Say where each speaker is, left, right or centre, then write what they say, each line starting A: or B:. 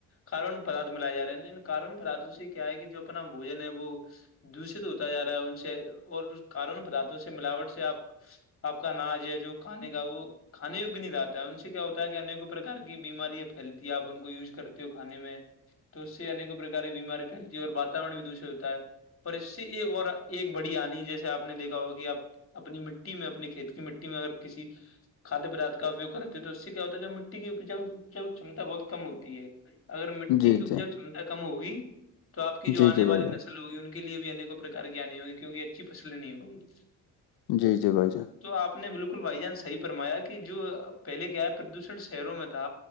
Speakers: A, on the left (about 35°); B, on the left (about 75°).
A: کارون پدھ ملاائے ج رہے ہیں کارون پدات کیا ہے کہ جو اپنا بوجن ہے وہ دوشت ہوتا ج رہا ہے ان سے اور کارون پدارتوں سے ملاوٹ سے آپ آپ کا ناج ہے جو کھانے کا وہ کھانے یگ نہیں رہتا ہے ان سے کیا ہوتا ہے کہ انیک پرکار کی بیماریاں پھیلتی ہے آپ ان کو یوز کرتے ہو کھانے میں تو اس سےیک پرکاراری بیماری پھیلتی ہے اور واورن بھی دشت ہوتا ہے پر اس سے ایک اور ایک بڑی آنی جیسے آپ نے دیکھا ہو کہ آپ اپنی م مٹی میں اپنے کھیت کی مٹی میں اگر کسی کھاد پدارھ کا اپیوگ کرتے ہیں تو اس سے کیا ہوتا ہے جو مٹی کی کھمتا بہت کم ہوتی ہے اگر مٹی
B: جی
A: کی اپجا
B: جی
A: چمتا کم ہوگی تو آپ کی جو
B: جی
A: آنے
B: جی بھائی
A: والی
B: جان
A: نسل ہوگی ان کی کے لیے بھی انیک پرک گنی ہوگی کیونک اچھی فسل نہیں ہوگی
B: جی جی بھائی جان
A: تو آپ نے بالکل بھائی جان صحیح فرمایا کہ جو پہلے کیا ہے پردوشن شہروں میں تھا